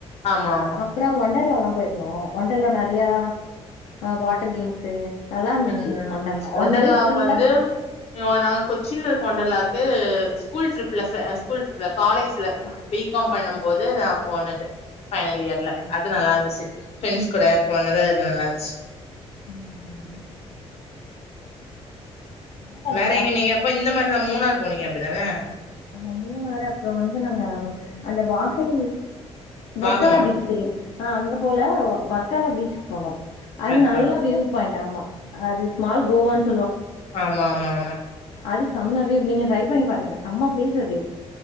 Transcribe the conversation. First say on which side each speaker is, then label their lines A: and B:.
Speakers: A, on the left; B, on the left.
A: ஆமா, ஆமா.
B: அப்புறோம் ஒண்டர் லாலாம் போயிருந்தோம் ஒண்டர்லா நறையா ஆ வாட்டர் கேம்ஸு நல்லா இருந்துச்சு
A: ம்
B: ஒண்டர்லா
A: ஒண்டர்லாவுக்கு
B: ஒன் டே ஃபுல்லா
A: வந்து நா நான் கொச்சின்யில்ல இருக்குற ஓண்டர்லா க்கு ஸ்கூல் ட்ரிப்ல ஸ்கூல் ட்ரிப்ல காலேஜ்ல
B: ஆ
A: பி காம்
B: ஓகே
A: பண்ணும்
B: ஓகே
A: போது நான் போனேன் பைனல் இயர்ல
B: ஓகே ஓகே
A: அது நல்லா இருந்துச்சு ஃப்ரெண்ட்ஸ் கூட போனது அதுல நல்லா இருந்துச்சு
B: ம் ம் ஒண்டர்லா
A: வேற
B: நல்லா
A: எங்க
B: இருக்கு
A: நீங்க அப்ப இந்த மாதிரி எல்லாம் மூணார் போனீங்க அப்டி தானே
B: ஆமா மூணுாரு அப்புறோம் வந்து நாங்க அந்த வாகை வர்காலா
A: வாகமான்
B: பீச் தெரியும் ஆ அங்க போல வர்கால பீச்சிக்கு போனோம் அது
A: வர்க்காலம்
B: நல்லா வியூ பாயிண்ட் ஆமா அது ஸ்மால் கோவன்னு
A: ஆமா ஆமா ஆமா
B: அது செம்ம வேவ் நீங்க ட்ரை பண்ணி பாருங்க சம்ம பிளேஸ் அது